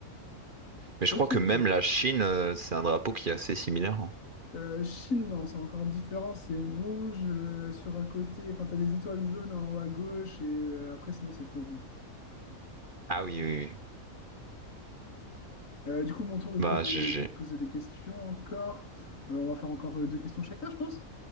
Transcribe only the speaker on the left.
Ok,
ok.
Euh, Chine, non, c'est encore différent. C'est rouge euh, sur un côté. Enfin, t'as des étoiles jaunes en haut à gauche et euh, après, sinon, c'est fond rouge.
Euh, du coup, mon tour de te
poser,
de te poser des questions encore. Euh, on va faire encore euh, deux questions chacun, je pense.